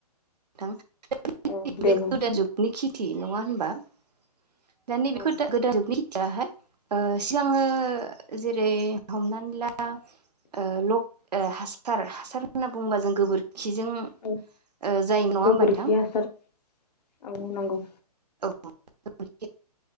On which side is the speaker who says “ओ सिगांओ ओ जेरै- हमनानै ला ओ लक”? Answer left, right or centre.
Right